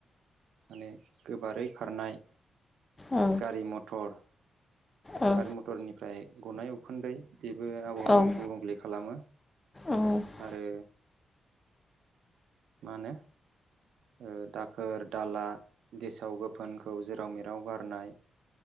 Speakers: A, on the right (about 80°); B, on the left (about 15°).
A: माने गोबारै खारनाय।
B: औ
A: गारि मथर
B: औ
A: गारि मथरनिफ्राय गनाय उखुन्दै। बेबो आबहावाखौ
B: औ
A: गुबुंले खालामो
B: औ
A: आरो मानो ओ दाखोर दाला गेसाव गोफोनखौ जेराव मेराव गारनाय